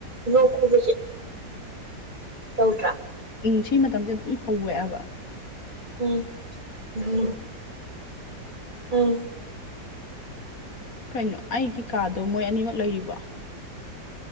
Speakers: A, on the right; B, on the left.
A: ꯂꯣꯛ ꯈꯨꯕꯁꯦ ꯇꯧꯗ꯭ꯔꯥ
B: ꯁꯤ ꯃꯇꯝꯁꯦ ꯑꯗꯨꯝ ꯍꯧꯋꯦꯑꯕ
A: ꯎꯝ ꯎꯝ ꯎꯝ
B: ꯀꯩꯅꯣ ꯑꯩꯒꯤ ꯀꯥꯗꯣ ꯃꯣꯏ ꯑꯅꯤꯃꯛ ꯂꯩꯔꯤꯕꯣ